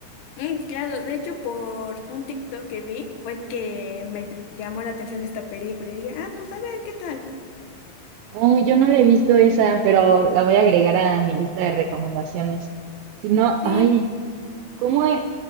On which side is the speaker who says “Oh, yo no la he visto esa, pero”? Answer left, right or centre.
Right